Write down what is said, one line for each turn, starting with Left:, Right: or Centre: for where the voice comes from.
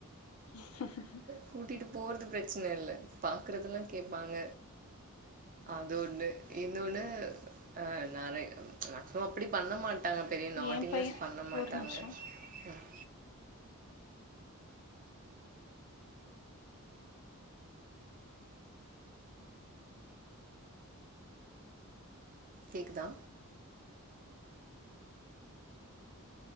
Left: <unintelligible>
Right: கூட்டிட்டு போறது பிரச்சன இல்ல பாக்குறதெல்லா கேப்பாங்க அது ஒன்னு இன்னொன்னு ஆ நெறை மேக்சிமம் அப்பிடி பண்ண மாட்டாங்க பெரிய நாட்டினஸ்
Left: ஏ பைய
Right: பண்ண மாட்டாங்க
Left: ஒரு நிமிஷோ
Right: ம் கேக்குதா